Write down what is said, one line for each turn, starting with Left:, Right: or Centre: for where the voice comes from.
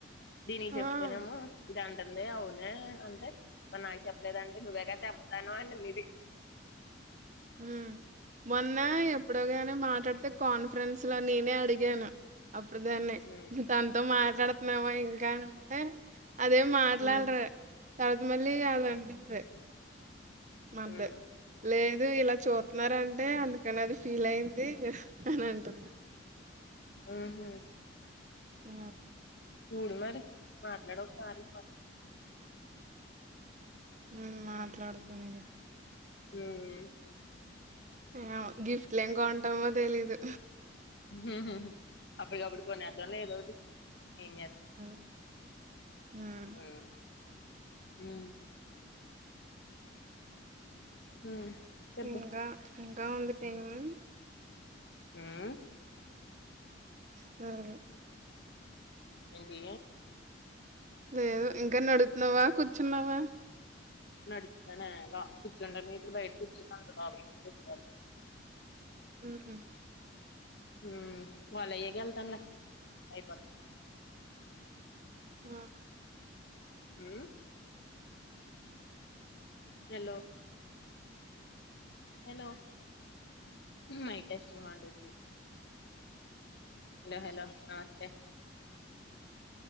Left: దీనికి
Right: ఆ!
Left: చెప్తనేమో ఇది అంటుంది అవునే అంటే మరి నాకు చెప్పలేదంటే నువ్వేగ చెప్పెదు అనావు అంటది ఇది
Right: ఆమ్ మొన్న ఎప్పుడో కాని మాట్లాడితే కాన్ఫరెన్స్ లో నేనే అడిగాను అప్పుడు దాన్నే
Left: ఉమ్
Right: తనతో మాట్లాడుతున్నావా ఇంకా అని అంటే అదేం మాట్లాడారు
Left: ఉమ్
Right: తర్వతా మళ్ళి అదంటుంది మందే
Left: ఉమ్
Right: లే ఇదిగో ఇలా చూతున్నారంటే అందుకని అది ఫీల్ అయింది అని అంటుంది
Left: ఉహుమ్
Right: ఆ
Left: చూడు మరి మాట్లాడు ఒకసారి
Right: ఉమ్ మాట్లాడుతాను ఇగా
Left: అమ్
Right: ఆ గిఫ్ట్ లు ఏం కొంటామో తెలిదు
Left: ఉహుమ్ అప్పటిప్పుడు కోనేదాం లే ఏదోటి ఏం చె
Right: ఆం ఆమ్
Left: ఉమ్ ఉమ్ ఉమ్ చెప్పు
Right: ఇంకా ఇంకా వుంది టైము
Left: ఉమ్
Right: సరే లే
Left: ఎంటి
Right: లేదు ఇంకా నడుతున్నావా కూర్చున్నావా
Left: నడుతున్నానా నో కూర్చున్నాను నే బయట కుర్చున్నాను లోపలికి ఇప్పుడు వచ్చాను
Right: ఉహుమ్
Left: ఉమ్ వాళ్ళు అయాకే వెళ్ళానులే అయిపోది
Right: ఆహుమ్
Left: అమ్ hello hello mic testing one two three hello hello నమస్తే